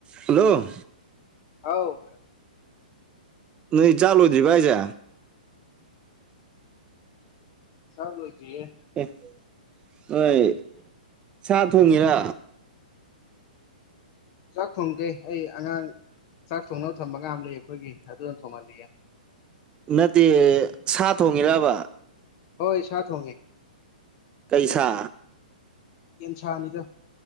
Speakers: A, on the right; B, on the left.
A: hello
B: ꯍꯥꯎ
A: ꯅꯣꯏ ꯆꯥ ꯂꯣꯏꯗꯔꯤꯕ ꯍꯥꯏꯁꯦ
B: ꯆꯥꯡ ꯂꫭꯏꯗꯔꯤꯌꯦ
A: ꯑꯦ ꯅꫭꯏ ꯁꯥ ꯊꯣꯡꯉꯤꯔ
B: ꯆꯥꯛ ꯊꯣꯡꯗꯦ ꯑꯩ ꯑꯉꯥꯡ ꯆꯥꯛ ꯊꯣꯡꯅꯕ ꯊꯝꯕ ꯉꯥꯝ ꯂꯩ ꯑꯩꯈꯣꯏꯒꯤ ꯑꯗꯨꯅ ꯊꯣꯡꯍꯜꯂꯤꯑꯦ
A: ꯅꯠꯇꯦ ꯁꯥ ꯊꯣꯡꯉꯤꯔꯕ
B: ꯍꯣꯏ ꯁꯥ ꯊꫭꯡꯉꯤ
A: ꯀꯩ ꯁꯥ
B: ꯌꯦꯟꯁꯥꯅꯤꯗ